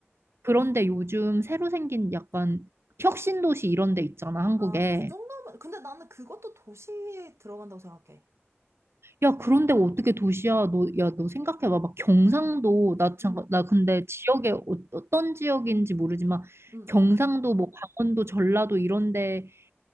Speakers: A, on the right (about 70°); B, on the right (about 80°).
A: 그런데 요즘 새로 생긴 약간 혁신도시 이런 데 있잖아 한국에.
B: 아, 그 정도면. 근데 나는 그것도 도시에 들어간다고 생각해.
A: 야, 그런데 어떻게 도시야? 너, 야, 너 생각해봐. 막 경상도, 나 잠깐,
B: 음.
A: 나 근데 지역에 어- 어떤 지역인지 모르지만
B: 응,
A: 경상도,
B: 응,
A: 뭐 강원도, 전라도 이런데,